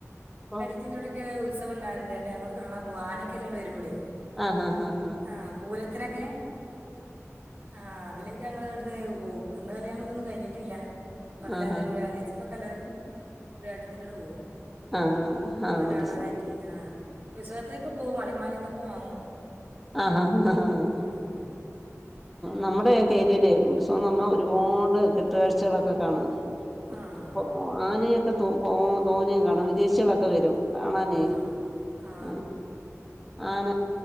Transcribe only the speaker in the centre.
ഇപ്പോ
ആഹ് ആഹ് ആഹ്
ആഹ് ആഹ്
ആഹ് ആഹ്
ഉത്സവം
ആഹ് ആഹ് ആഹ്
നമ്മുടെക്കെ ഏരിയിലെ ഉത്സവന്ന് പറഞ്ഞാ ഒരി ഒരുപാട് കെട്ടുകാഴ്ചകളൊക്കെ കാണും
ഇപ്പൊ ആനയൊക്കെ തൊ തോ തോനെ കാണാ വിദേ ശ്യളൊക്കെ വരും കാണാനേ
ആഹ് ആന